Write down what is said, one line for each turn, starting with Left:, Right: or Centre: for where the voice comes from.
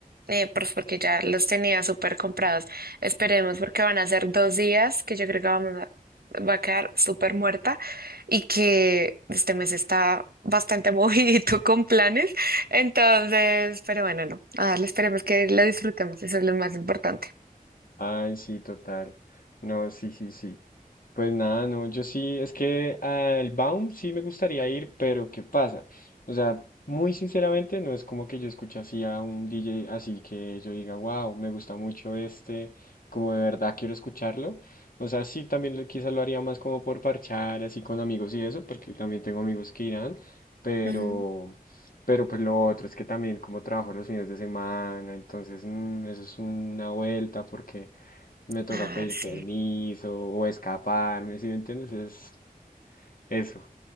Right: eh, pues porque ya los tenía súper comprados. Esperemos porque van a ser dos días que yo creo que vamos a, va a quedar súper muerta y que este mes está bastante <laughs> movidito con planes. Entonces, pero bueno, no, a darle, esperemos que lo disfrutemos, eso es lo más importante.
Left: Ay, sí, total. No, sí, sí, sí. Pues nada, no, yo sí, es que al Baum sí me gustaría ir, pero ¿qué pasa? O sea, muy sinceramente, no es como que yo escuche así a un DJ, así que yo diga, wow, me gusta mucho este, como de verdad quiero escucharlo. O sea, sí, también lo, quizás lo haría más como por parchar, así con amigos y eso, porque también tengo amigos que irán, pero,
Right: Mm,
Left: pero pues lo otro es que también como trabajo los fines de semana, entonces, mm, eso es una vuelta, porque me toca
Right: Ah,
Left: pedir
Right: sí.
Left: permiso o escaparme, ¿sí me entiendes? Es eso.